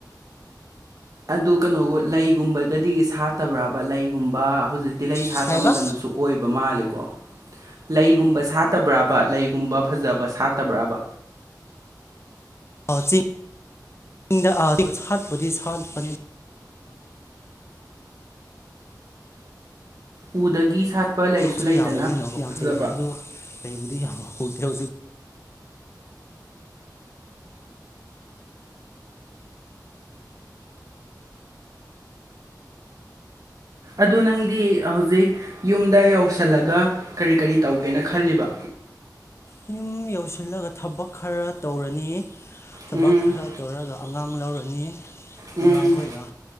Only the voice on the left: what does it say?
ꯀꯩ ꯍꯥꯏꯕ
ꯆꯤꯡ ꯆꯤꯡꯗ ꯁꯥꯠꯄꯗꯤ ꯁꯥꯠꯄꯅꯦ
ꯑꯗꯣ
ꯌꯥꯗ꯭ꯔꯕꯅꯤꯅ ꯌꯥꯝ
ꯊꯦꯑ ꯑꯗꯣ ꯂꯩꯕꯨꯗꯤ ꯌꯥꯝ ꯍꯨꯗꯦ ꯍꯧꯖꯤꯛ
ꯌꯨꯝ ꯌꯧꯁꯤꯜꯂꯒ ꯊꯕꯛ ꯈꯔ ꯇꯧꯔꯅꯤ ꯊꯕꯛ
ꯈꯔ ꯇꯧꯔꯒ ꯑꯉꯥꯡ ꯂꯧꯔꯅꯤ
ꯑꯉꯥꯡꯈꯣꯏꯒ